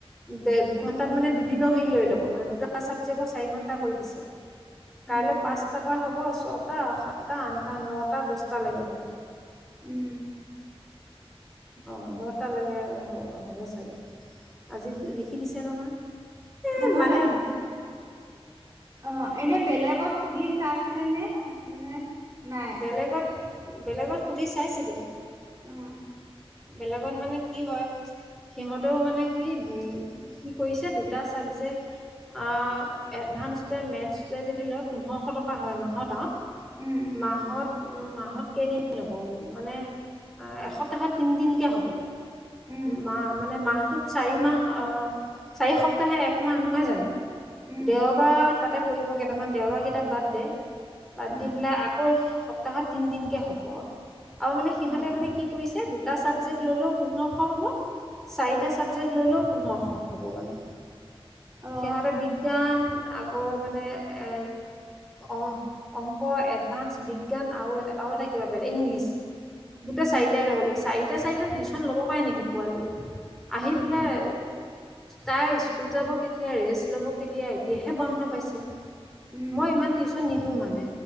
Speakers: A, in the centre; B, on the right (about 30°).
A: দে দুঘন্টাত
B: উম।
A: মানে দুদিনৰ হেৰি লৈ ল'ব মানে দুটা চাবজেক্ট চাৰি ঘন্টা কৰি দিছে
B: উম
A: কাইলৈ
B: উম
A: পাঁচটাৰ পৰা হ'ব ছটা সাত সাতটা আঠটা নটা দছটা লৈকে হ'ব
B: উম
A: অ দহটালৈকে হ'ব চাগে আজি লিখি দিছে নহয় এ
B: নহয়
A: মানে
B: অ এনে বেলেগত সুধি চাইছিলে নে নে নাই
A: বেলেগত বেলেগত সুধি চাইছিলো
B: উম
A: বেলেগত মানে কি হয় সিহঁতেও মানে কি কি কৰিছে দুটা ছাবজেক্ট এ এডভানসটোয়ে মেছ্ৰটোয়ে যদি লয় পোন্ধৰশ টকা হয় মাহত আও
B: উম
A: মাহত উম মাহ কেইদিন ল'ব মানে এসপ্তাহত তিন দিনকে হ'ব
B: উম
A: মা মানে মাহটোত চাৰি মাহ আহ চাৰি সপ্তাহে একমাহ নহয় জানো
B: উম
A: দেওবাৰ তাতে পৰিব কেইটামান দেওবাৰ কেইটা বাদ দে বাদ
B: উম
A: দি পেলাই আকৌ সপ্তাহত তিন দিনকে হ'ব আৰু মানে সিহঁতে
B: উম উম উম
A: মানে কি কৰিছে দু এটা ছাবজেক্ট ল'লেও পোন্ধৰশ হ'ব চাৰিটা ছাবজেক্ট ললেও পোন্ধৰশ হ'ব মানে।
B: অ
A: সিহঁতে বিজ্ঞান আকৌ মানে এ অ' অ'। অংক, এডভান্স, বিজ্ঞান আৰু আৰু এটা কিবা বেলেগ ইংলিছ। গোটেই
B: উম
A: চাৰিটাই লব লাগিব চাৰিটা চাৰিটা টিউশ্যন ল'ব পাৰে নেকি পোৱালীয়ে। আহি
B: উম
A: পেলায়। তাই স্কুল যাব কেতিয়া ৰেষ্ট ল'ব কেতিয়া এতিয়াহে বন্ধ পাইছে।
B: উম
A: মই ইমান টিউচন নিদিও মানে